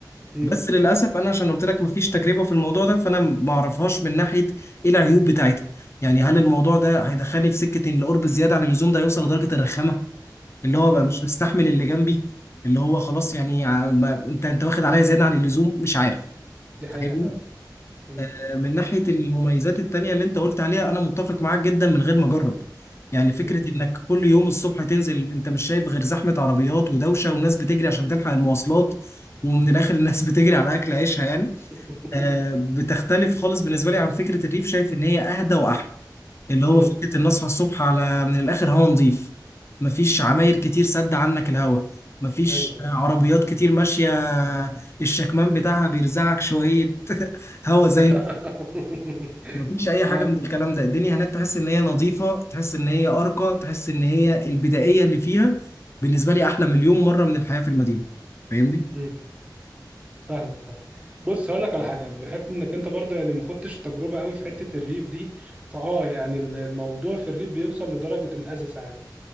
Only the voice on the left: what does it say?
بس للاسف انا عشان قلت لك مفيش تجربه في الموضوع ده فانا ما اعرفهاش من ناحيه ايه العيوب بتاعتها يعني هل الموضوع ده هيدخلني في سكه ان القرب الزياده عن اللزوم ده هيوصل لدرجه الرخامه اللي هو
بقى مش مستحمل اللي جنبي اللي هو خلاص يعني ع- ما- انت انت واخد عليا زياده عن اللزوم مش عارف
فاهمني
آه، من ناحيه المميزات التانيه اللي انت قلت عليها انا متفق معاك جدا من غير ما اجرب يعني فكره
انك كل يوم الصبح تنزل انت مش شايف غير زحمه عربيات ودوشه وناس بتجري عشان تلحق المواصلات ومن الاخر الناس <laughs> بتجري على اكل عيشها يعني
آه، بتختلف خالص بالنسبه لي عن فكره الريف شايف ان هي اهدى واحلى اللي هو
فكرة إن أصحى الصبح على من الآخر هوا نظيف مفيش عماير كتير سد عنك الهوا مفيش
عربيات كتير ماشية الشكمان بتاعها بيرزعك شوية <laughs> هوا زي
مفيش أي حاجة
من الكلام ده الدنيا هناك تحس إن هي نظيفة تحس إن هي أرقى تحس إن هي البدائية اللي فيها بالنسبة لي أحلى مليون مرة من الحياة في المدينة فاهمني؟